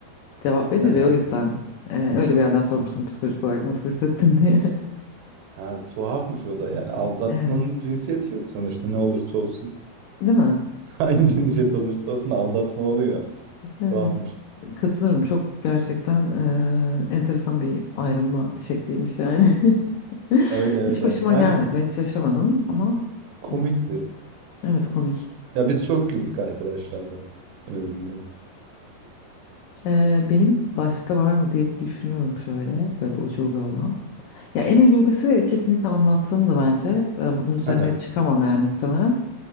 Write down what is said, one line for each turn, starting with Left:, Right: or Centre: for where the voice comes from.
Left: cevap verir
Right: hı hı.
Left: ya o yüzden e, öyle bir yerden sormuştum psikolojik olarak nasıl hissettin diye. <laughs>
Right: Ha, tuhafmış o da yani. Aldatmanın
Left: Evet.
Right: cinsiyeti yok sonuçta ne olursa olsun.
Left: Değil mi?
Right: <laughs> Hangi cinsiyet olursa olsun aldatma oluyor.
Left: Evet.
Right: Tuhafmış.
Left: Katılırım. Çok gerçekten e, enteresan bir ayrılma şekliymiş yani. <laughs>
Right: Öyle
Left: Hiç
Right: öyle.
Left: başıma
Right: Yani
Left: gelmedi. Ben hiç yaşamadım ama
Right: komikti.
Left: hmm, evet komik.
Right: Ya biz çok güldük arkadaşlarla. En azından.
Left: E, benim başka var mı diye bir düşünüyorum şöyle böyle ucube olan. Ya en ucubesi kesinlikle anlattığımdı bence. Ben bunun üzerine
Right: Hı hı.
Left: çıkamam yani muhtemelen.